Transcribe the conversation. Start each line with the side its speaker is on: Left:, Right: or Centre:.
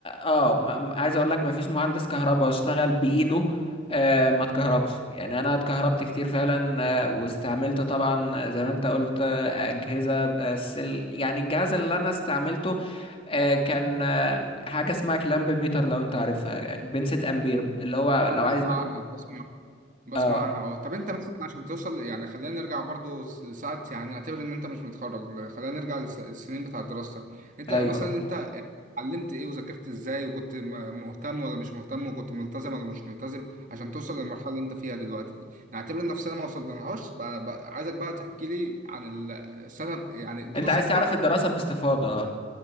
Left: أه م- م- عايز أقول لك مفيش مهندس كهرباء اشتغل بإيده آه، ما اتكهربش يعني أنا اتكهربت كتير فعلا آه، واستعملت طبعا زي ما أنت قلت آه، أجهزة آه، السل- يعني الجهاز اللي أنا استعملته آه، كان آه، حاجه اسمها كلامب ميتر لو انت عارفها بنسة امبير اللي هو
Right: اه
Left: لو
Right: بسمع
Left: عايز بقى
Right: عنها بسمع بسمع
Left: اه
Right: عنها اه طب انت مثلا عشان توصل يعني خلينا نرجع برضو لساعة يعني نعتبر ان انت مش متخرج خلينا نرجع للس- للسنين بتاعت دراستك انت
Left: ايوه
Right: مثلا انت اتعلمت ايه وذاكرت ازاي وكنت م- مهتم ولا مش مهتم وكنت ملتزم ولا مش ملتزم عشان توصل للمرحلة اللي انت فيها دلوقتي دي نعتبر ان نفسنا ما وصلناهاش بقى بقى عايزك بقى تحكي لي عن ال- السنة يعني الدراسة
Left: انت عايز
Right: بتاعتك
Left: تعرف الدراسه باستفاضه اه